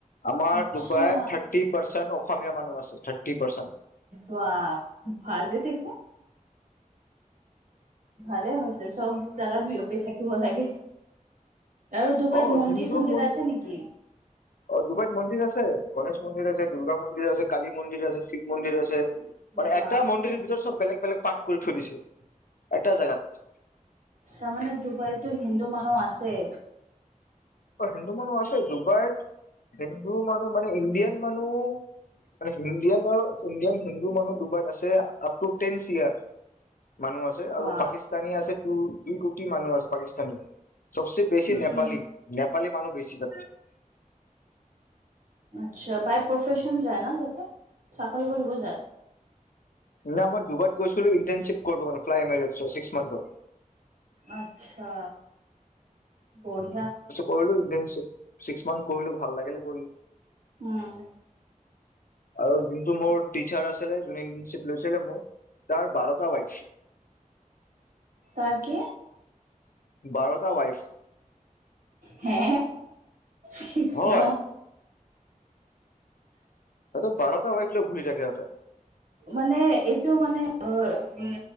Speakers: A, on the left (about 80°); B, on the right (about 80°).
A: আমাৰ
B: আচ্ছা
A: ডুবাইত থাৰ্টি পাৰ্চেন্ট অসমীয়া মানুহ আছে থাৰ্টি পাৰ্চেন্ট
B: বা ভালে দেখোন ভালে হৈছে চব জাগাত বিয়পি থাকিব লাগে আৰু ডুবাইত
A: অ
B: মন্দিৰ
A: হিন্দু
B: চন্দিৰ
A: মন্দিৰ
B: আছে নেকি
A: অ ডুবাইত মন্দিৰ আছে গণেশ মন্দিৰ আছে দুূৰ্গা মন্দিৰ আছে কালী মন্দিৰ আছে শিৱ মন্দিৰ আছে আৰু
B: বা
A: এটা মন্দিৰ ভিতৰত চব বেলেগ বেলেগ পাত কৰি থৈ দিছে এটা জাগাত
B: তাৰমানে ডুবাইতো হিন্দু মানুহ আছে
A: অ হিন্দু মানুহ আছে ডুবাইত হিন্দু মানুহ মানে ইণ্ডিয়ান মানুহ মানে হিন্দিয়ান আৰু ইণ্ডিয়ান হিন্দু মানুহ ডুবাইত আছে আপ টু টেন চ ইয়াৰ মানুহ আছে
B: বা
A: আৰু পাকিস্তানী আছে দুই কোটি মানুহ আছে পাকিস্তানী চবচে বেছি
B: উম
A: নেপালী নেপালী মানুহ বেছি থাকে
B: আচ্ছা বাই প্ৰফচন যায় ন যাতে চাকৰি কৰিব যায়
A: না মই ডুবাইত গৈছিলো ইটাৰশ্বিপ কৰিব ফ্্স ম্থৰ
B: আচ্ছা বঢ়িয়া
A: কৰিলো ছিক্স মান্থ কৰিলো ভাল লাগিলে কৰি
B: উম
A: আৰু যোনটো মোৰ টিচাৰ আছিলে য ইংলিছ পঢ়াইছিলে মোৰ তাৰ বাৰটা ৱাইফ
B: তাকে
A: বাৰটা ৱাইফ
B: হে কৃষ্ণ
A: হয় সিহঁতে বাৰটা ৱাইফ লৈ ঘূৰি থাকে সিহঁতে
B: মানে এইটো মানে উম